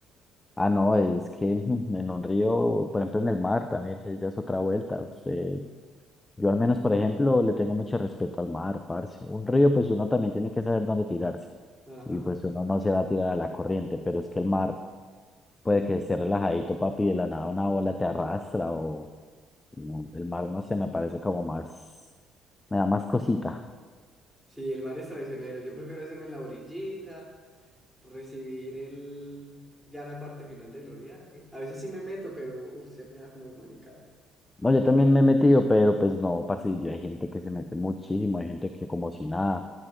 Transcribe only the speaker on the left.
Ah, no, es que mm, en un río, por ejemplo en el mar también, eh, ya es otra vuelta. o sea, yo al menos, por ejemplo, le tengo mucho respeto al mar, parce. Un río, pues uno también tiene que saber dónde tirarse.
Y pues uno no se va a tirar a la corriente, pero es que el mar puede que esté relajadito, papi, de la nada una ola te arrastra o No, el mar, no sé, me parece como más, me da más cosita.
No, yo también me he metido, pero pues no, parce, yo- hay gente que se mete muchísimo, hay gente que como si nada,